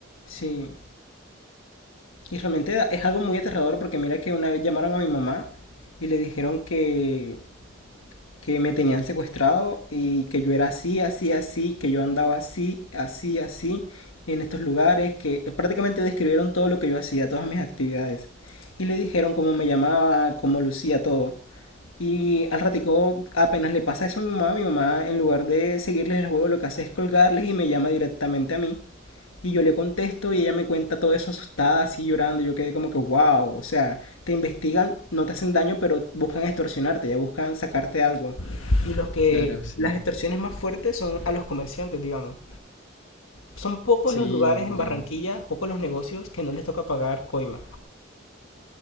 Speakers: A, on the left; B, on the left.
A: Sí, Y realmente es algo muy aterrador porque mira que una vez llamaron a mi mamá y le dijeron que, que me tenían secuestrado y que yo era así, así, así, que yo andaba así, así, así, en estos lugares, que prácticamente describieron todo lo que yo hacía, todas mis actividades. Y le dijeron cómo me llamaba, cómo lucía todo. Y al ratico apenas le pasa eso a mi mamá, mi mamá en lugar de seguirles el juego lo que hace es colgarles y me llama directamente a mí. Y yo le contesto y ella me cuenta todo eso asustada, así llorando. Yo quedé como que, wow, o sea, te investigan, no te hacen daño, pero buscan extorsionarte, ya buscan sacarte algo. Y los que
B: claro, sí.
A: las extorsiones más fuertes son a los comerciantes, digamos. Son pocos
B: Sí,
A: los lugares
B: como,
A: en Barranquilla, pocos los negocios que no les toca pagar coima.